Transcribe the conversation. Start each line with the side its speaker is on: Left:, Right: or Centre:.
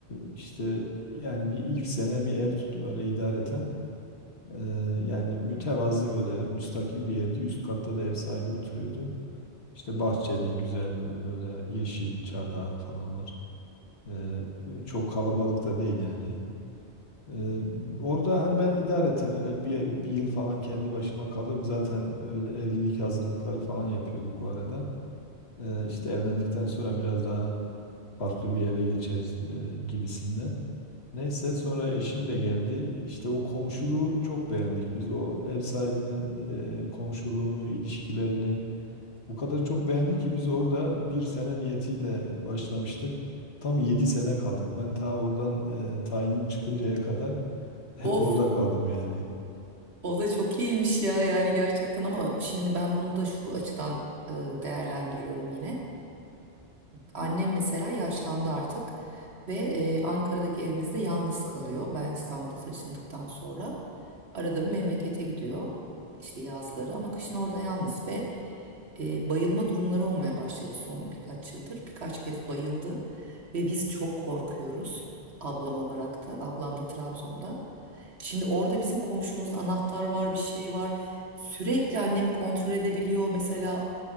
Left: işte yani bir ilk sene bir ev tuttum öyle idareten. Eee, yani mütevazi böyle müstakil bir evdi. Üst katta da ev sahibi oturuyordu. İşte bahçeli, güzel böyle yeşil çardağı falan var. Eee, çok kalabalık da değil yani. Eee, orada hani ben idareten öyle bir, bir yıl falan kendi başıma kalırım. Zaten öyle evlilik hazırlıkları falan yapıyorduk o arada. Eee, işte evlendikten sonra biraz daha farklı bir eve geçeriz e, gibisinden. Neyse sonra eşim de geldi. İşte o komşuluğu çok beğendik. Biz o ev sahibinin e, komşuluğunu, ilişkilerini o kadar çok beğendik ki biz orada bir sene niyetiyle başlamıştık. Tam yedi sene kaldık. Ben ta oradan e, tayinim çıkıncaya kadar hep
Right: Of
Left: orada kaldım yani.
Right: O da çok iyiymiş ya yani gerçekten ama şimdi ben bunu da şu açıdan e, değerlendiriyorum yine. Annem mesela yaşlandı artık ve e, Ankara'daki evimizde yalnız kalıyor. Ben İstanbul'a taşındıktan sonra arada bir memlekete gidiyor işte yazları ama kışın orada yalnız ve e, bayılma durumları olmaya başladı son birkaç yıldır. Birkaç kez bayıldı ve biz çok korkuyoruz ablam olarak da ablam da Trabzon'da. Şimdi orada bizim komşumuzda anahtar var bir şey var sürekli annemi kontrol edebiliyor mesela.